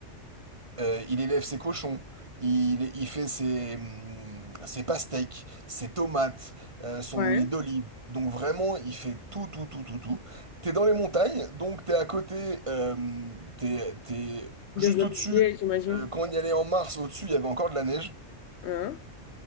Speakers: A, on the right (about 25°); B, on the left (about 65°).
A: euh, il élève ses cochons, il, il fait ses, hum, ses pastèques, ses tomates, euh, son
B: Ouais.
A: huile d'olive. Donc vraiment, il fait tout, tout, tout, tout, tout. T'es dans les montagnes, donc t'es à côté, euh, t'es, t'es
B: Des
A: juste
B: oliviers,
A: au-dessus.
B: j'imagine.
A: Euh, quand on y allait en mars, au-dessus, il y avait encore de la neige.
B: Hein